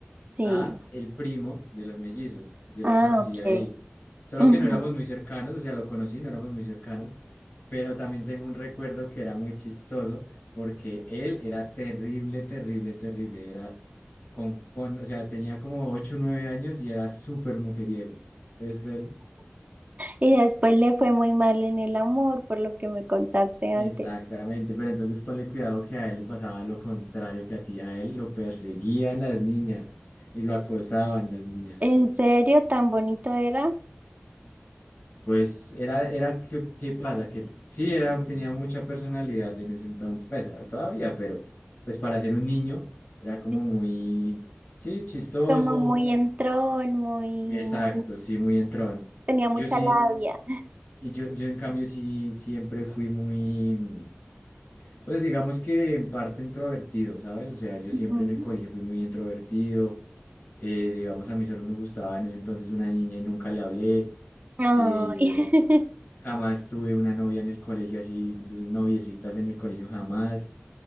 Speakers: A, on the right; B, on the left.
A: Sí.
B: a el primo de los mellizos. Yo
A: Ah,
B: lo conocí
A: ok.
B: ahí. Solo
A: Ujú.
B: que no éramos muy cercanos, o sea, lo conocí, no éramos muy cercanos, pero también tengo un recuerdo que era muy chistoso porque él era terrible, terrible, terrible. Era con, con, o sea, tenía como 8 o 9 años y era súper mujeriego. ¿Puedes creerlo?
A: Y después le fue muy mal en el amor, por lo que me contaste antes.
B: Exactamente, pero entonces ponle cuidado que a él le pasaba lo contrario que a ti, a él lo perseguían las niñas y lo acosaban las niñas.
A: ¿En serio? ¿Tan bonito era?
B: Pues era, era, ¿qué, qué pasa? Que él sí era, tenía mucha personalidad en ese entonces, pues ah, todavía, pero pues para ser un niño era como
A: Sí,
B: muy, sí, chistoso,
A: Como muy entrón, muy,
B: exacto,
A: muy...
B: sí, muy entrón.
A: Tenía
B: Yo
A: mucha
B: sí,
A: labia.
B: y yo, yo en cambio sí siempre fui muy... Pues digamos que en parte introvertido, ¿sabes? O sea, yo
A: Ujú.
B: siempre en el colegio fui muy introvertido, eh, digamos, a mí solo me gustaba en ese entonces una niña y nunca le hablé,
A: Ay,
B: eh,
A: <laughs>
B: jamás tuve una novia en el colegio, así noviecitas en el colegio, jamás.